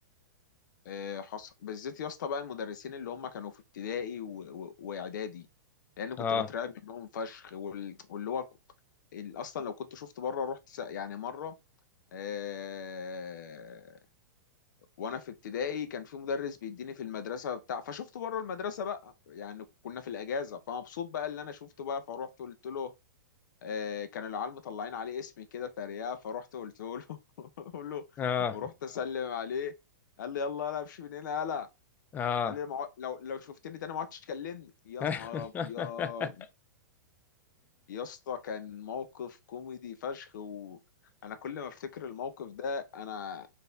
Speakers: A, on the left; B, on the left.
A: آه، حصل بالذات يا اسطى بقى المدرسين اللي هم كانوا في ابتدائي و... و... واعدادي لان كنت
B: اه
A: بترعب منهم فشخ وال... واللي هو ال- اصلا لو كنت شفت بره رحت س... يعني مره آه... وانا في ابتدائي كان في مدرس بيديني في المدرسه بتاع فشفته بره المدرسه بقى يعني كنا في الاجازه فمبسوط بقى اللي انا شفته بقى فروحت قلت له آه... كان العيال مطلعين عليه اسمي كده تريقه فرحت قلت له <laughs> قلت له
B: اه
A: ورحت اسلم عليه قال لي يلا يلا امشي من هنا يلا
B: اه
A: قال لي مع... لو لو شفتني تاني ما عدتش تكلمني يا
B: <laughs>
A: نهار ابيض يا اسطى كان موقف كوميدي فشخ وانا كل ما افتكر الموقف ده انا